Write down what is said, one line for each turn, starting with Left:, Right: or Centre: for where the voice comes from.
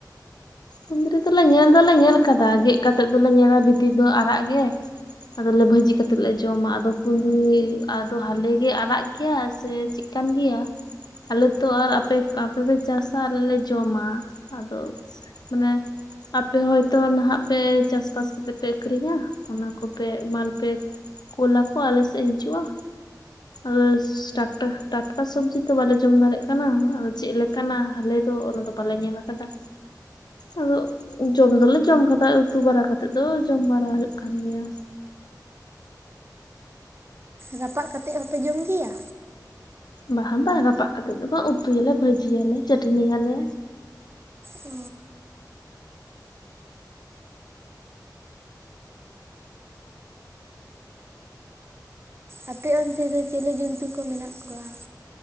Left: ᱠᱩᱱᱫᱽᱨᱤ ᱫᱚᱞᱮ ᱧᱮᱞ ᱫᱚᱞᱮ ᱧᱮᱞ ᱟᱠᱟᱫᱟ᱾ ᱜᱮᱫ ᱠᱟᱛᱮᱜ ᱫᱚᱞᱮ ᱧᱮᱞᱟ ᱵᱷᱤᱛ ᱫᱚ ᱟᱨᱟᱜ ᱜᱮ ᱟᱫᱚᱞᱮ ᱵᱷᱟᱹᱡᱤ ᱠᱟ ᱠᱟᱛᱮᱫ ᱞᱮ ᱡᱚᱢᱟ᱾ ᱟᱫᱚ ᱠᱩᱱᱫᱽᱨᱤ ᱟᱫᱚ ᱦᱟᱞᱮ ᱜᱮ ᱟᱨᱟᱜ ᱜᱮᱭᱟ ᱥᱮ ᱠᱟᱱ ᱜᱮᱭᱟ ᱟᱞᱮ ᱛᱚ ᱟᱨ ᱟᱯᱮ ᱟᱯᱮᱯᱮ ᱪᱟᱥᱟ᱾ ᱟᱞᱮ ᱡᱚᱢᱟ ᱟᱫᱚ ᱢᱟᱱᱮ ᱟᱯᱮ ᱦᱚᱭᱛᱚ ᱱᱟᱦᱟᱜ ᱯᱮ ᱪᱟᱥ-ᱵᱟᱥ ᱠᱟᱛᱮᱜ ᱯᱮ ᱟᱹᱠᱷᱨᱤᱧᱟ᱾ ᱚᱱᱟ ᱠᱚᱯᱮ ᱢᱟᱞ ᱞᱯᱮ ᱠᱩᱞᱟ ᱠᱚ ᱟᱞᱮ ᱥᱮᱫ ᱦᱤᱡᱩᱜᱼᱟ᱾ ᱨᱳᱥ ᱴᱟ ᱴᱟᱴᱠᱟ ᱥᱚᱵᱽᱡᱤ ᱛᱚ ᱵᱟᱞᱮ ᱡᱚᱢ ᱫᱟᱲᱮᱭᱟᱜ ᱠᱟᱱᱟ᱾ ᱟᱫᱚ ᱪᱮᱫ ᱞᱮᱠᱟᱱᱟ ᱟᱞᱮ ᱫᱚ ᱚᱱᱟ ᱫᱚ ᱵᱟᱞᱮ ᱧᱮᱞ ᱟᱠ ᱠᱟᱫᱟ ᱟᱫᱚ ᱡᱚᱢ ᱫᱚᱞᱮ ᱡᱚᱢ ᱠᱟᱫᱟ ᱩᱛᱩ ᱵᱟᱲᱟ ᱠᱟᱛᱮᱜ ᱫᱚ, ᱡᱚᱢ ᱵᱟᱲᱟᱟ ᱦᱩᱭᱩᱜ ᱠᱟᱱ ᱜᱮᱭᱟ᱾
Right: ᱨᱟᱯᱟᱜ ᱠᱟᱛᱮᱮᱫ ᱦᱚᱯᱮ ᱡᱚᱢ ᱜᱮᱭᱟ?
Left: ᱵᱟᱦᱟ ᱵᱟ ᱨᱟᱯᱟᱜ ᱠᱟᱛᱮᱮᱫ ᱫᱚ ᱵᱟᱝ, ᱩᱛᱩᱭᱟᱞᱮ, ᱵᱷᱟᱹᱡᱤᱭᱟᱟᱞᱮ, ᱪᱟᱹᱴᱱᱤᱭᱟᱞᱮ
Right: ᱚ <inaudible> ᱟᱯᱮ ᱚᱱᱛᱮ ᱫᱚ ᱪᱤᱞᱤ ᱡᱚᱱᱛᱩ ᱠᱚ ᱢᱮᱱᱟᱜ ᱠᱚᱣᱟ?